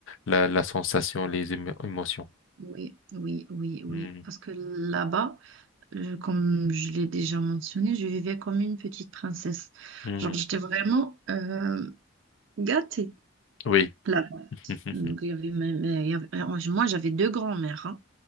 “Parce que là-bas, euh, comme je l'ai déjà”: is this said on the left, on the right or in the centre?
Right